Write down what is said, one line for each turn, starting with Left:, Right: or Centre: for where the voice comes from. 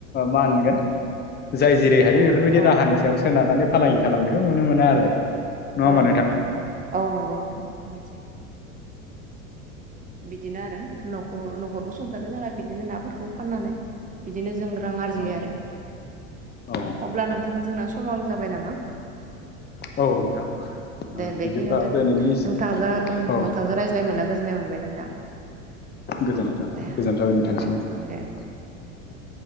Left: मा होनगोन जाय जेरै हायो
Right: अ औ
Left: बेफोरबायदि राहानि सायाव सोनारनानै फालांगि खालामनायखौ नुनो मोनो आरो। नङा होमबा
Right: औ नंगौ नोंथां औ नंगौ नोंथा थारैनो सैथो। बिदिनो आरो। न'खरखौ सुंथानो थाखाय बिदिनो नाफोरखौ फाननानै बिदिनो जों रां आरजियो
Left: औ
Right: आरो।
Left: औ
Right: अब्ला नोंथां जोंना समाबो जाबाय नामा?
Left: औ नोंथां
Right: दे बेखिनियावनो
Left: बिदिब्ला
Right: दोनथ'दो
Left: दिनैनि
Right: नोंथांजों
Left: औ
Right: नोंथांजों रायज्लाय मोनना गोजोननाय मोनबाय नोंथां।
Left: गोजोनथों
Right: दे
Left: गोजोननाय
Right: दे
Left: थाबाय नोंथांनिसिमबो।
Right: ओं दे नोंथां